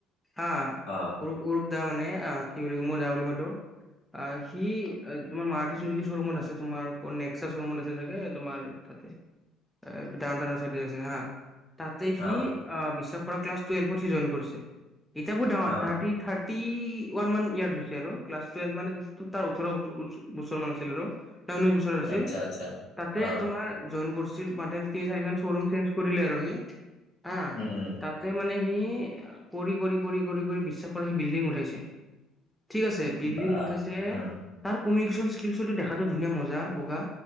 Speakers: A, in the centre; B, on the left.
A: হা
B: অ
A: <unintelligible> দুটা মানে অ' কি বুলি কয় মই <unintelligible> বুলি মাতো। অ' সি তোমাৰ মাৰ <unintelligible> ৰুমত আছে তোমাৰ নেক্সচা শ্বৰুমত আছে চাগে। তোমাৰ তাতে অ, ডাউনটাউনৰ চাইদে আছে হা। তাতে সি
B: অ
A: অ' বিশ্বক পৰা ক্লাছ টুৱেল্ভত সি জইন কৰিছে। ইতা বহোত ডাঙৰ
B: অ
A: থাৰ্টি-থাৰ্টি থাৰ্টি ওৱান মান ইয়াৰ্চ হৈছে আৰু ক্লাছ টুৱেল্ভ মান তাৰ ওঠৰ বছৰ মান আছিল আৰু। তাৰ ঊনৈশ বছৰ হৈছিল।
B: আচ্ছা আচ্ছা
A: তে
B: অ
A: তোমাৰ জইন কৰিছিল <unintelligible> তিনি চাৰিখন শ্বৰুম চেঞ্জ কৰিলে আৰু সি। আ
B: উম উম
A: তাতে মানে সি ই কৰি -কৰি- কৰি - কৰি - কৰি বিশ্বাস কৰা সি বিল্ডিং উঠাইছে। ঠিক আছে বিল্ডিং
B: বাহ
A: উঠাইছে,
B: উম
A: তাৰ কমিউনিকেশ্যন স্কিল <inaudible> দেখাটো ধুনীয়া নে মজা বগা।